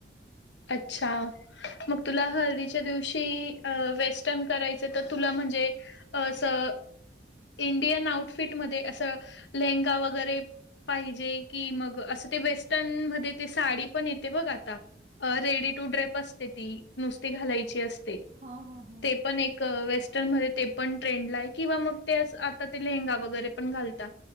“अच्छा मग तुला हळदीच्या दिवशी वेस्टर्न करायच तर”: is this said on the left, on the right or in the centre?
Left